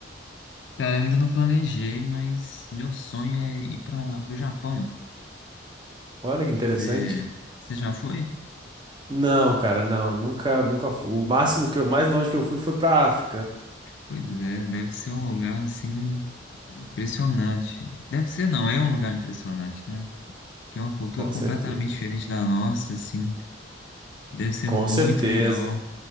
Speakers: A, on the left; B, on the right.
A: Cara, eu ainda não planejei, mas meu sonho é ir para o Japão.
B: Olha que interessante.
A: Você você já foi?
B: Não, cara, não, nunca, nunca fui. O máximo que eu, mais longe que eu fui foi pra África,
A: Pois é, deve ser um lugar assim impressionante. Deve ser, não, é um lugar impressionante, né? Que é uma cultura
B: com certeza.
A: completamente diferente da nossa, assim. Deve ser
B: Com
A: muito
B: certeza.
A: legal